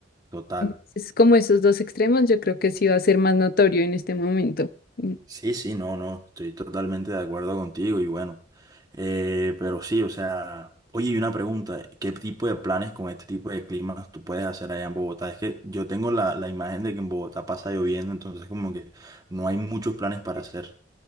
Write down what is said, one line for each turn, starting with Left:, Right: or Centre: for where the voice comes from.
Right: Total.
Left: Entonces, como esos dos extremos, yo creo que sí va a ser más notorio en este momento. Mm.
Right: Sí, sí, no, no, estoy totalmente de acuerdo contigo y bueno, eh, pero sí, o sea, oye, y una pregunta, ¿qué tipo de planes con este tipo de climas tú puedes hacer allá en Bogotá? Es que yo tengo la, la imagen de que en Bogotá pasa lloviendo, entonces como que no hay muchos planes para hacer.